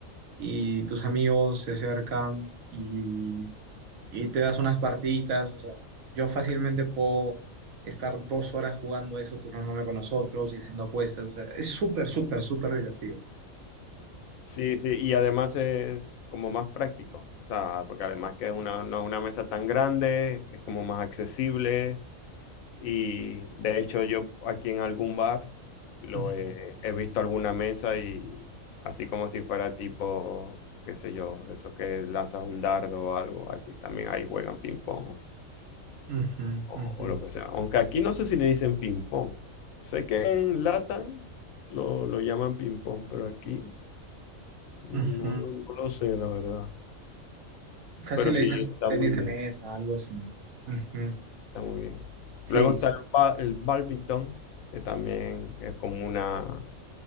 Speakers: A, on the right; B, on the left.
A: y tus amigos se acercan y y te das unas partiditas. O sea, yo fácilmente puedo estar dos horas jugando eso, turnándome con nosotros y haciendo apuestas. O sea, es súper, súper, súper divertido.
B: Sí, sí, y además es como más práctico, o sea, porque además que es una, no es una mesa tan grande, que es como más accesible y de hecho yo aquí en algún bar lo
A: Ujú,
B: he, he visto alguna mesa y así como si fuera tipo, qué sé yo, de esos que lanzas un dardo o algo así, también ahí juegan ping pong
A: ujú,
B: o,
A: ujú,
B: o lo que sea, aunque aquí no sé si le dicen ping pong, sé que en Latam lo, lo llaman ping pong, pero aquí no
A: ujú.
B: no lo sé, la verdad.
A: Casi
B: Pero
A: le
B: sí,
A: dicen
B: está
A: tenis
B: muy bien,
A: de mesa, algo así. Ujú,
B: está muy bien.
A: Sí.
B: Luego está
A: sí.
B: el, ba- el bádminton, que también es como una,